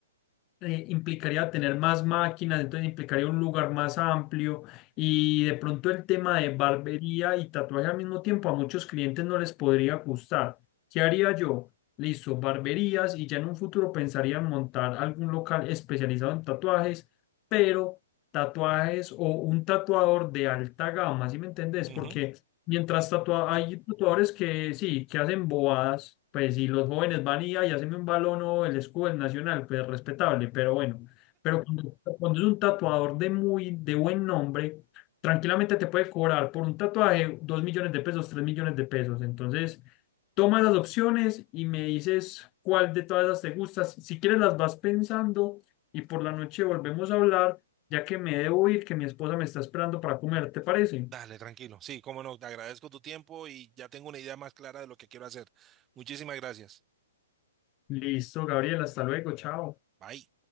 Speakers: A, on the left; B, on the right.
A: eh, implicaría tener más máquinas, entonces implicaría un lugar más amplio y de pronto el tema de barbería y tatuaje al mismo tiempo a muchos clientes no les podría gustar. ¿Qué haría yo? Listo, barberías y ya en un futuro pensaría en montar algún local especializado en tatuajes, pero tatuajes o un tatuador de alta gama, ¿sí me entendés?
B: Ujú.
A: Porque Mientras tatua- hay tatuadores que sí, que hacen bobadas, pues si los jóvenes van y, ay, hacen un balón o el escudo del Nacional, pues respetable, pero bueno. Pero cuando, cuando es un tatuador de muy, de buen nombre, tranquilamente te puede cobrar por un tatuaje dos millones de pesos, tres millones de pesos. Entonces, toma las opciones y me dices cuál de todas esas te gusta. Si si quieres las vas pensando y por la noche volvemos a hablar, ya que me debo ir, que mi esposa me está esperando para comer, ¿te parece?
B: Dale, tranquilo. Sí, cómo no, te agradezco tu tiempo y ya tengo una idea más clara de lo que quiero hacer. Muchísimas gracias.
A: Listo, Gabriel, hasta luego, chao.
B: Bye.